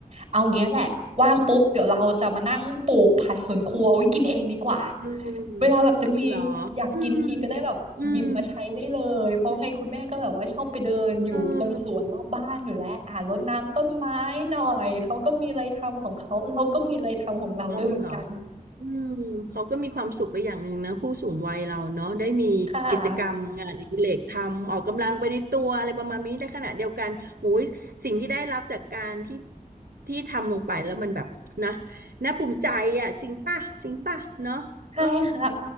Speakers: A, on the right (about 45°); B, on the right (about 85°).
A: เอาเงี้ยแหละว่างปุ๊บเดี๋ยวเราจะมานั่งปลูกผักสวนครัวเอาไว้กินเองดีกว่า
B: เออ
A: เวลาแบบจะมี
B: เหรอ
A: อยากกินทีก็ได้แบบหยิบมาใช้ได้เลยเพราะไงคุณแม่ก็แบบว่าชอบไปเดินอยู่ตรงสวนรอบบ้านอยู่แล้วอ่ารดน้ำต้นไม้หน่อยเขาก็มีอะไรทำของเขาเราก็มีอะไรทำของเราด้วยเหมือนกัน
B: อืมอืมเออเอาเหรอ อืมเขาก็มีความสุขไปอย่างหนึ่งนะผู้สูงวัยเราเนาะได้มีกิจกรรมงานอดิเรกทำออกกำลังไปในตัวอะไรประมาณนี้ได้ขณะเดียวกันหูยสิ่งที่ได้รับจากการที่
A: ค่ะ
B: ที่ทำลงไปแล้วมันแบบนะน่าภูมิใจอ่ะจริงป่ะจริงป่ะเนาะเออ
A: ใช่ค่ะ